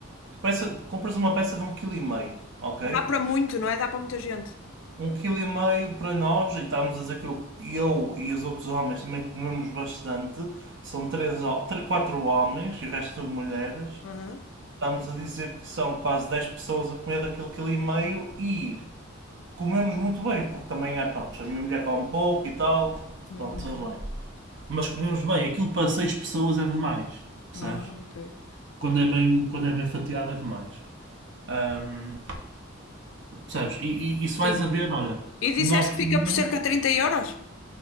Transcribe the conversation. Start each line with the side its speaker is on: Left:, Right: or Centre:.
Right: Tu peça- compras uma peça de um quilo e meio, ok?
Left: Dá para muito, não é? Dá para muita gente.
Right: Um quilo e meio para nós, e estávamos a dizer que eu, eu e os outros homens também comemos bastante. São três, ho- quatro homens e o resto de mulheres.
Left: Aham.
Right: Estamos a dizer que são quase 10 pessoas a comer daquele quilo e meio e comemos muito bem, porque também é, pronto, a minha mulher come pouco e tal.
Left: Uhum.
Right: Pronto, tudo bem. Mas comemos bem, aquilo para seis pessoas é demais, percebes?
Left: Ah, ok.
Right: Quando é bem, quando é bem fatiado é demais. Ahm, percebes? E, e, e se vais
Left: Sim.
Right: a ver, olha,
Left: E disseste
Right: nós comemos
Left: que fica por cerca de 30 euros?